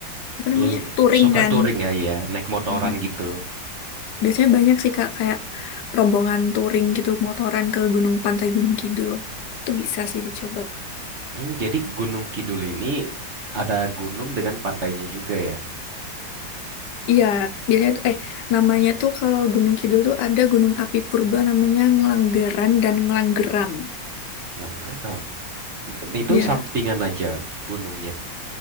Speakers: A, on the left; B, on the right.
A: apa namanya
B: Eh,
A: touring
B: Suka
A: kan.
B: touring ya ya, naik motoran
A: Nah,
B: gitu.
A: Biasanya banyak sih kak kayak rombongan touring gitu motoran ke Gunung Pantai Gunung Kidul. Itu bisa sih dicoba.
B: Hmm, jadi Gunung Kidul ini ada gunung dengan pantainya juga ya.
A: Iya, biasanya tuh eh namanya tuh kalau Gunung Kidul tuh ada Gunung Api Purba namanya Ngelanggeran dan Ngelanggeram.
B: Langgeram. Itu
A: Iya.
B: sampingan aja gunungnya.